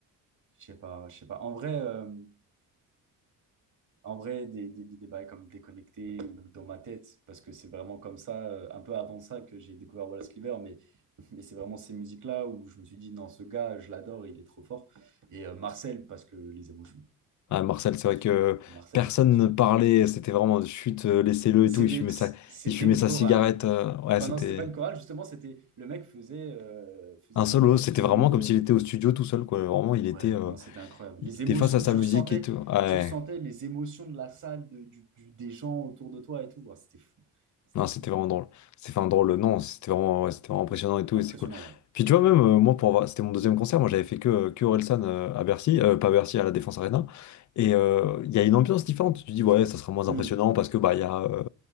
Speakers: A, on the right; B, on the left.
A: Je sais pas, je sais pas. En vrai. euh, En vrai, des, des, des débats comme déconnecté ou dans ma tête, parce que c'est vraiment comme ça, euh, un peu avant ça, que j'ai découvert Wallace Cleaver, mais, mais c'est vraiment ces musiques-là où je me suis dit, non, ce gars, je l'adore, il est trop fort. Et euh, Marcel, parce que les émotions,
B: Ah, Marcel,
A: les émotions,
B: c'est vrai que
A: mec. Marcel,
B: personne
A: les émotions.
B: ne parlait, c'était vraiment chute, euh, laissez-le et
A: C'était,
B: tout, il fumait sa,
A: c'était
B: il fumait
A: une
B: sa
A: chorale.
B: cigarette, euh, ouais,
A: Enfin,
B: c'était
A: non, c'était pas une chorale, justement, c'était le mec faisait, euh, faisait
B: un
A: un
B: solo,
A: monologue,
B: c'était
A: tout
B: vraiment
A: le monde.
B: comme
A: euh,
B: s'il était au studio tout seul, quoi, vraiment, il
A: Ouais,
B: était, euh,
A: non, c'était incroyable.
B: il
A: Les
B: était
A: émotions
B: face à sa
A: que tu
B: musique
A: ressentais,
B: et tout, ouais,
A: tu ressentais les émotions de la salle, de- du- du- des gens autour de toi et tout. Ouais, c'était fou. C'était
B: Non, c'était
A: fou.
B: vraiment drôle. C'était enfin drôle, non, c'était vraiment, ouais, c'était vraiment impressionnant et tout,
A: Impressionnant,
B: et c'est cool.
A: ouais.
B: Puis tu vois, même euh, moi, pour avoir... c'était mon deuxième concert, moi j'avais fait que, que Orelsan euh, à Bercy, euh, pas à Bercy, à la Défense Arena. Et euh, il y a une ambiance différente. Tu te dis, ouais, ça sera moins
A: Hmm.
B: impressionnant parce que bah, il y a, euh,